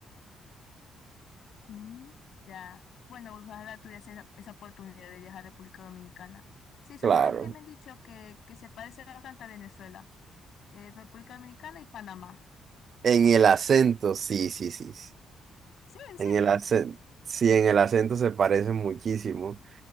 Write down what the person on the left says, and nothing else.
Mm, Ya. Bueno, ojalá tuviese esa, esa oportunidad de viajar a República Dominicana. Si supieras
que me han dicho que, que se parece bastante a Venezuela, eh, República Dominicana y Panamá.
Sí, en serio.